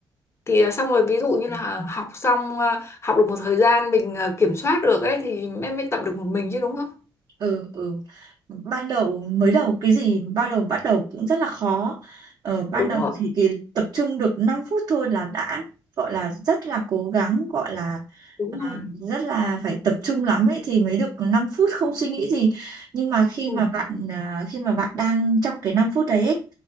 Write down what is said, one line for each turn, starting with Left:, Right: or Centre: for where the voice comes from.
Left: Thì à, xong rồi ví dụ như là học xong à, học được một thời gian mình à, kiểm soát được ấy thì em mới tập được một mình chứ đúng không?
Right: ừ ừ ban đầu mới đầu cái gì ban đầu bắt đầu cũng rất là khó ờ, ban
Left: Đúng
Right: đầu
Left: rồi,
Right: thì cái tập trung được 5 phút thôi là đã gọi là rất là cố gắng gọi là
Left: đúng
Right: à,
Left: rồi.
Right: rất là phải tập trung lắm ấy thì mới được 5 phút không suy nghĩ gì nhưng mà khi
Left: Ừ,
Right: mà bạn à, khi mà bạn đang trong cái 5 phút đấy ấy,